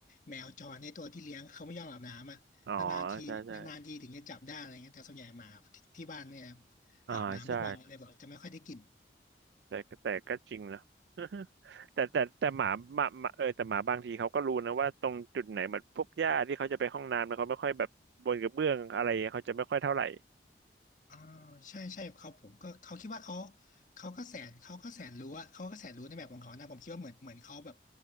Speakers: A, on the left; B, on the right.
A: แมวจรในตัวที่เลี้ยงเขาไม่ยอมอาบน้ำอะ
B: อ๋อ
A: นานๆทีนานๆทีถึงจะจับได้อะไรเงี้ยแต่ส่วนใหญ่หมาที่บ้านเนี่ย
B: ใช่ใช่อ่าใช่
A: อาบน้ำทุกวันอ๋อเลยแบใชบจะไม่ค่อยได้กลิ่น
B: แต่แต่ก็จริงนะ <laughs> แต่แต่แต่หมาหมาหมาเออแต่หมาบางทีเขาก็รู้นะว่าตรงจุดไหนมันพวกหญ้าที่เขาจะไปห้องน้ำนะเขาไม่ค่อยแบบบนกระเบื้องอะไรเขาจะไม่ค่อยเท่าไหร่
A: อ่าใช่ใช่เขาผมก็เขาคิดว่าเขาเขาก็แสนเขาก็แสนรู้อะเขาก็แสนรู้ในแบบของเขานะผมคิดว่าเหมือนเหมือนเขาแบบ